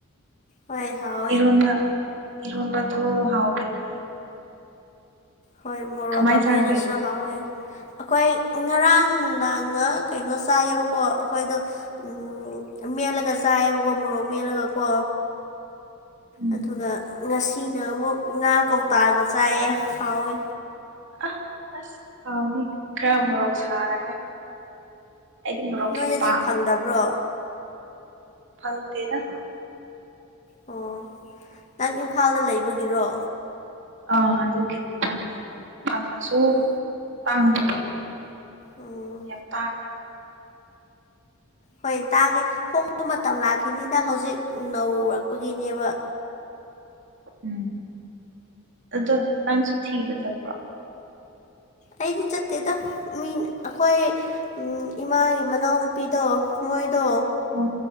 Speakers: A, on the left; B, on the right.
A: ꯍꯣꯏ ꯍꯥꯎ
B: ꯏꯔꯣꯟꯕ ꯏꯔꯣꯟꯕꯗꯨ ꯍꯥꯎꯕꯅꯤ꯫
A: ꯍꯣꯏ ꯃꯣꯔꯣꯛꯀ
B: ꯀꯃꯥꯏ
A: ꯃꯦꯠꯂꯁꯨ
B: ꯆꯥꯒꯦ
A: ꯍꯥꯎꯋꯦ꯫ ꯑꯩꯈꯣꯏ ꯉꯔꯥꯡ ꯅꯨꯡꯗꯥꯡꯅ ꯀꯩꯅꯣ ꯆꯥꯏꯌꯦꯕꯀꯣ ꯑꯩꯈꯣꯏꯗꯣ ꯫ ꯎꯝ ꯃꯦꯂꯒ ꯆꯥꯏꯌꯦꯕꯀꯣ ꯃꯣꯔꯣꯛ ꯃꯦꯠꯂꯒ ꯀꯣ꯫
B: ꯎꯝ
A: ꯑꯗꯨꯒ ꯉꯁꯤꯅ ꯑꯃꯨꯛ ꯉꯥ ꯀꯧꯇꯥꯥꯒ ꯆꯥꯏꯌꯦ ꯍꯥꯎꯋꯦ꯫
B: ꯑ ꯑꯁ ꯍꯥꯎꯅꯤ ꯈꯔ ꯃꯣꯔꯣꯛ ꯁꯥꯔꯒ ꯍꯥꯎ ꯑꯩꯗꯤ ꯃꯣꯔꯣꯛ
A: ꯅꯣꯏꯗꯗꯤ
B: ꯌꯥꯝ ꯄꯥꯝꯃꯦ
A: ꯐꯪꯗꯕ꯭ꯔꯣ꯫
B: ꯐꯪꯇꯦꯗ꯫
A: ꯑꯣ ꯅꯪ ꯏꯝꯐꯥꯜꯗ ꯂꯩꯕꯒꯤꯔꯣ꯫
B: ꯑꯥ ꯑꯗꯨꯒꯤꯅꯦ ꯐꯪꯗꯦꯕ ꯐꯪꯉꯁꯨ
A: ꯑꯣ
B: ꯇꯥꯡꯕꯗꯣ꯫
A: ꯎꯝ
B: ꯌꯥꯝ ꯇꯥꯡꯉꯦ꯫
A: ꯍꯣꯏ ꯇꯥꯡꯉꯦ ꯍꯣꯡꯕ ꯃꯇꯝ ꯂꯥꯛꯈꯤꯅꯤꯗ ꯍꯧꯖꯤꯛ ꯅꯧꯔꯛꯄꯒꯤꯅꯦꯕ꯫
B: ꯎꯝ ꯑꯗꯣ ꯅꯪꯁꯨ ꯊꯤꯕ ꯆꯠꯄ꯭ꯔꯣ ꯫
A: ꯑꯩꯗꯤ ꯆꯠꯇꯦꯗ ꯃꯤꯅ ꯑꯩꯈꯣꯏ꯫ ꯎꯝ ꯏꯃꯥꯒꯤ ꯃꯅꯥꯎꯅꯨꯄꯤꯗꯣ ꯃꯣꯏꯗꯣ
B: ꯑꯣ